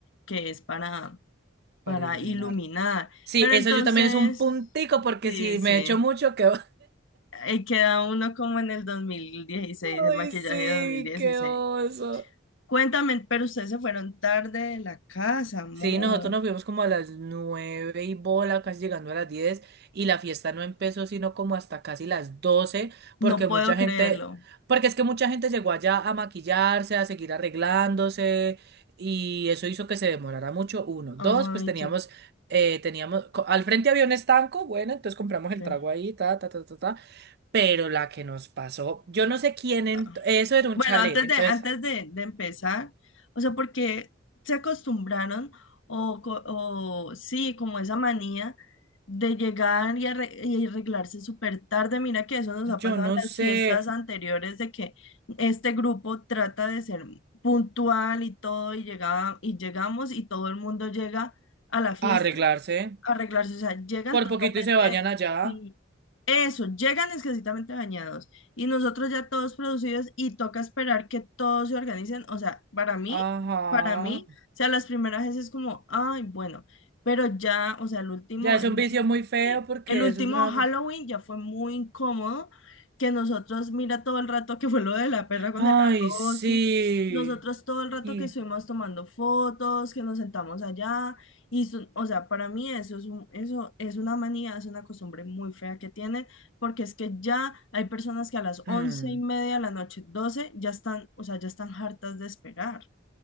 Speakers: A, on the left; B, on the right.
A: que es para, para
B: para iluminar.
A: iluminar.
B: Sí,
A: Pero
B: eso
A: entonces,
B: yo también es un puntico porque
A: sí,
B: si
A: sí.
B: me echo mucho, quedo.
A: Ahí queda uno como en el dos mil dieciséis
B: <laughs> Ay,
A: el maquillaje
B: sí,
A: de dos mil dieciséis
B: qué oso.
A: Cuéntame, pero ustedes se fueron tarde de la casa, amor.
B: Sí, nosotros nos fuimos como a las nueve y bola, casi llegando a las diez, y la fiesta no empezó sino como hasta casi las doce, porque
A: No puedo
B: mucha gente,
A: creerlo.
B: porque es que mucha gente llegó allá a maquillarse, a seguir arreglándose, y eso hizo que se demorara mucho, uno.
A: Ay,
B: Dos, pues teníamos,
A: qué...
B: eh, teníamos, co- al frente había un estanco, bueno, entonces compramos
A: sí.
B: el trago ahí, ta, ta, ta, ta, ta, Pero la que nos pasó, yo no sé quién, ent-
A: Ah.
B: eso era un
A: Bueno,
B: chalet,
A: antes
B: entonces
A: de, antes de, de empezar, o sea, porque se acostumbraron o, co- o sí, como esa manía de llegar y, arre- y arreglarse súper tarde. Mira que eso nos ha
B: yo
A: pasado
B: no
A: en
B: sé
A: las fiestas anteriores de que este grupo trata de ser puntual y todo y llegaba, y llegamos y todo el mundo llega a la fiesta
B: arreglarse.
A: arreglarse, o sea, llegan
B: Por
A: totalmente,
B: poquito y se bañan allá.
A: sí, eso, llegan exquisitamente bañados y nosotros ya todos producidos y toca esperar que todos se organicen, o sea, para mí,
B: Ajá.
A: para mí, o sea, las primeras veces es como, ay, bueno, pero ya, o sea, el último,
B: Ya es
A: el
B: un
A: último,
B: vicio muy feo
A: sí,
B: porque
A: el último
B: eso es una...
A: Halloween ya fue muy incómodo, que nosotros, mira todo el rato que fue lo de la perra con
B: Ay,
A: el arroz,
B: sí.
A: sí. Nosotros todo el rato
B: Y...
A: que estuvimos tomando fotos, que nos sentamos allá, y son- o sea, para mí eso es un, eso es una manía, es una costumbre muy fea que tienen, porque es que ya hay personas que a las once
B: hmm.
A: y media de la noche, doce, ya están, o sea, ya están hartas de esperar.